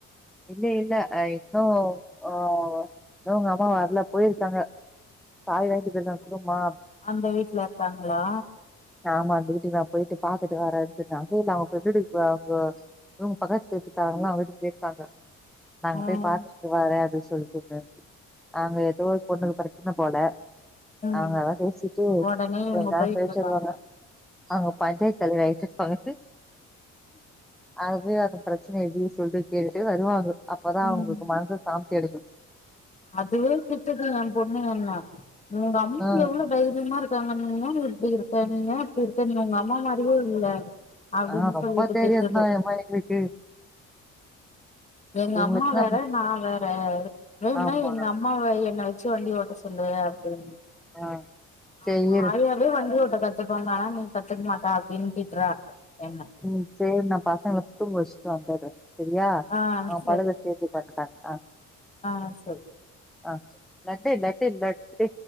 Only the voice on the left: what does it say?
அந்த வீட்ல இருக்காங்களா
ம்
ம்
ஒடனே இவங்க
போயிட்டு
இருப்பாங்க
ம்
அதுவே திட்டுது எ பொண்ணு என்ன உங்க அம்மா
எவ்வளவு தைரியமா இருக்காங்க நி என்னா நீ இப்படி இரு ப நீனா இப்படி இருக்க உங்க அம்மா மாரியே இல்ல அப்படின்னு
சொல்லிட்டு
திட்டுது
எங்க
அம்மா வேற நா வேற வேன்ன
எங்க அம்மாவ என்ன வச்சு வண்டி ஓட்ட சொல்லு அப்டின்னு
ஆமா
ஆயாவே வண்டி ஓட்ட கத்துப்பாங்கனா நீ கத்துக் மாட்டா அப்டின்னு திட்றா என்ன
ஆ
சரி
ஆ செரி